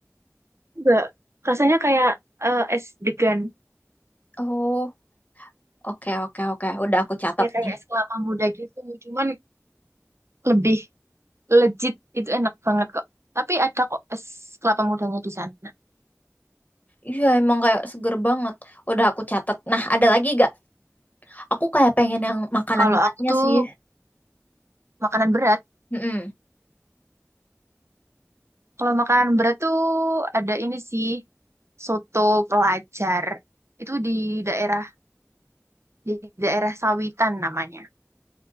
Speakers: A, on the right; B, on the left.
A: Enggak. Rasanya kayak eh, es degan.
B: Oh, oke oke oke. Udah aku catat
A: Ya kayak
B: nih.
A: es kelapa muda gitu. Cuman lebih legit. Itu enak banget kok. Tapi ada kok es kelapa mudanya di sana.
B: Iya emang kayak seger banget. Udah aku catat. Nah, ada lagi gak? Aku kayak pengen yang makanan
A: Kalau
B: beratnya
A: aku tuh
B: sih.
A: makanan berat.
B: Mm-mm.
A: Kalau makanan berat tuh ada ini sih. Soto pelajar. Itu di daerah di daerah Sawitan namanya.